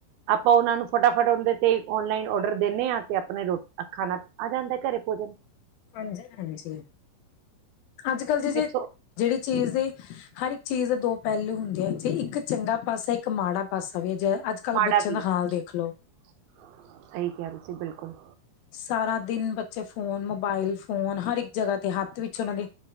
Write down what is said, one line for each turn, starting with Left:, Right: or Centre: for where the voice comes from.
Right: ਆਪਾਂ ਉਹਨਾਂ ਨੂੰ ਫਟਾਫਟ ਉਂਦੇ ਤੇ ਔਨਲਾਈਨ ਔਡਰ ਦਿੰਦੇ ਹਾਂ ਤੇ ਆਪਣੇ ਰੋ ਅੱਖਾਂ ਨਾਲ ਆਦਾ ਘਟੇ ਘਰ ਪੋਹਚ ਜਾਂ
Left: ਹਾਂਜੀ -ਹਾਂਜੀ, ਅੱਜ-ਕਲ ਜੀ ਜੇ
Right: ਕਿਸੋ
Left: ਜਿਹੜੀ ਚੀਜ਼ ਦੇ ਹਰ ਇੱਕ ਚੀਜ਼ ਦੇ ਦੋ ਪਹਿਲੂ ਹੁੰਦੇ ਆ ਜ ਇੱਕ ਚੰਗਾ ਪਾਸਾ ਇੱਕ ਮਾੜਾ ਪਾਸਾ ਵੀ ਜ ਅੱਜ ਕੱਲ੍ਹ
Right: ਮਾੜਾ
Left: ਬੱਚਿਆਂ
Right: ਕੀ
Left: ਦਾ ਹਾਲ ਦੇਖ
Right: ਸਹੀ
Left: ਲਓ
Right: ਕਹਿ ਰੇ ਤੁਸੀਂ ਬਿਲਕੁਲ।
Left: ਸਾਰਾ ਦਿਨ ਬੱਚੇ ਫੋਨ, ਮੋਬਾਇਲ ਫੋਨ, ਹਰ ਇੱਕ ਜਗ੍ਹਾ ਤੇ ਹੱਥ ਵਿੱਚ ਉਹਨਾਂ ਦੇ